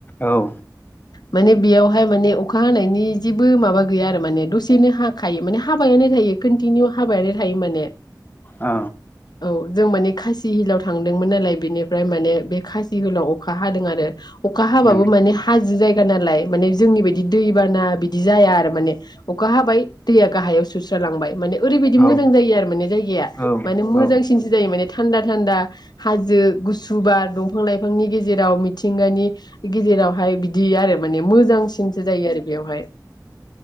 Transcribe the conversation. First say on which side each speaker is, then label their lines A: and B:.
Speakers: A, on the left; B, on the left.
A: औ।
B: माने बेयावहाय माने अखा हानायनि जेबो माबा गैया आरो माने दसेनो हाखायो माने हाबायानो थायो। कन्टिनिउ हाबायानो थायो माने।
A: अ
B: औ जों माने खासि हिलाव थांदोंमोन नालाय बेनिफ्राय माने बे खासि हिलाव अखा हादों आरो। अखा हाबाबो
A: उम
B: माने हाजो जायगा नालाय माने जोंनि बायदि दैबाना बिदि जाया आरो माने। अखा हाबाय दैया गाहायाव सुस्रालांबाय माने ओरै बायदि
A: औ
B: मोजां जायो आरो माने जायगाया।
A: औ
B: माने मोजांसिनसो
A: औ
B: जायो माने थान्दा थान्दा। हाजो गुसु बार दंफां लाइफांनि गेजेराव मिथिंगानि गेजेराव हाय बिदि आरो माने मोजांसिनसो जायो आरो बेयावहाय।